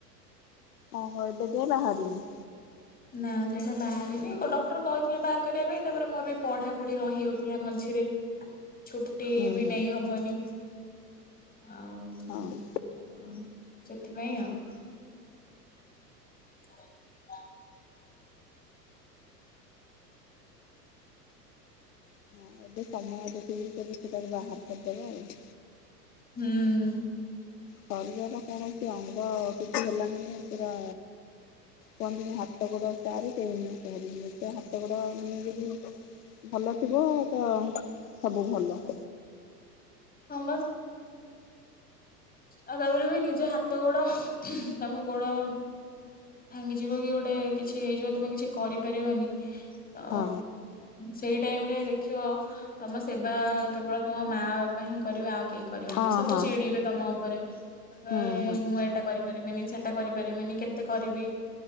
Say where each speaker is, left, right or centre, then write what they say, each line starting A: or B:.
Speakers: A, on the left; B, on the left.
A: ଓହୋ ଏବେ ଯାଏ ବାହାରିନି।
B: ନା ସେଇଟା ବାହାରିନି ଡକ୍ଟର କହିଥିଲେ ବାହାର କରିବା ପାଇଁ ତାପରେ ମୋର ବି ପଢା ପଢି ରହିଯାଉଥିଲା ମଝିରେ ଛୁଟି
A: ହୁଁ
B: ବି
A: ହୁଁ
B: ନେଇ ହବନି। ଆଉ <unintelligible>
A: ହଁ।
B: ସେଥିପାଇଁ ଆଉ। <unintelligible>
A: ହଁ ଏବେ ସମୟ ଦେଖିକି କେବେ ସେଟାକୁ ବାହାର କରିଦେବେ ଆଉ।
B: ହୁଁ।
A: ଶରୀରର କୌଣସି ଅଙ୍ଗ କିଛି ହେଲା ମାନ ପୁରା କୁହନ୍ତିନି ହାତ ଗୋଡ ଚାରି କେହିନୁହେଁ କାହାରି ନିଜ ହାତ ଗୋଡ ମାନେ ଯଦି ଭଲ ଥିବ ତ ସବୁ ଭଲ।
B: ହଁ ବା। ଆଉ ତାପରେ ବି ନିଜ ହାତ ଗୋଡ ତମ ଗୋଡ ଭାଙ୍ଗିଯିବ କି ଗୋଟେ କିଛି ହେଇଯିବ ତମେ କିଛି କରିପାରିବନି। ଅ
A: ହଁ
B: ସେଇ ଟାଇମ୍ ରେ ଦେଖିବ ତମ ସେବା କେବଳ ତମ ମା ବାପା ହିଁ କରିବେ ଆଉ କେହି କରିବେନି।
A: ହଁ
B: ସବୁ
A: ହଁ
B: ଚିଡିବେ ତମ ଉପରେ
A: ହୁଁ
B: ଏ
A: ହୁଁ
B: ମୁଁ ଏଟା କରି ପାରିମିନି ସେଟା କରିପାରିମିନି କେତେ କରିବି।